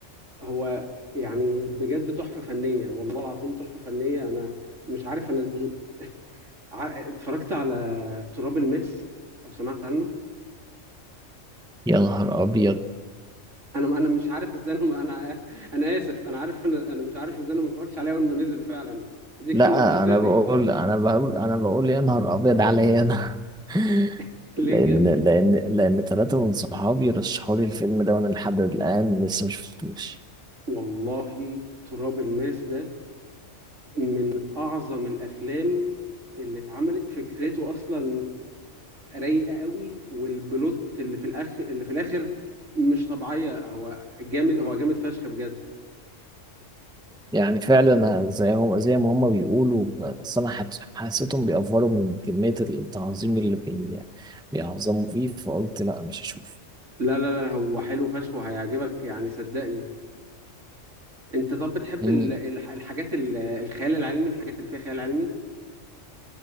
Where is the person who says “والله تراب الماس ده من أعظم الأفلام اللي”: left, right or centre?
Right